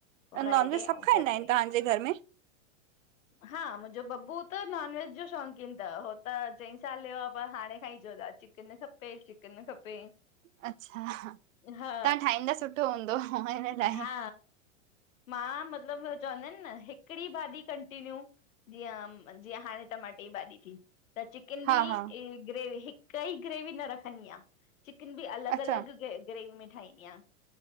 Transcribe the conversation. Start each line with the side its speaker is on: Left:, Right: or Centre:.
Left: पो फ्राइडे
Right: नॉनवेज सब
Left: ऐं
Right: खाईंदा
Left: संडे
Right: आहिन तव्हांजे घर में?
Left: हा मुंहिंजो बबु त नॉन वेज जो शौंक़ीन तव हो त चईं साल यो आ पर हाणे खां ई जो चिकन खपे चिकन खपे।
Right: अच्छा
Left: हा
Right: तव्हां ठाहींदा सुठो हूंदो हिन लाइ
Left: हा मां मतलब चवंदा आहिन न हिकड़ी भाॼी कंटिन्यू जियं हाड़े टमाटे यि भाॼी थी त चिकन
Right: हा
Left: भी
Right: हा
Left: ग्रेवी हिक ई ग्रेवी न रखंदी आहियां चिकन बि अलग
Right: अच्छा
Left: अलग ग्रेवी में ठाहींदी आहियां।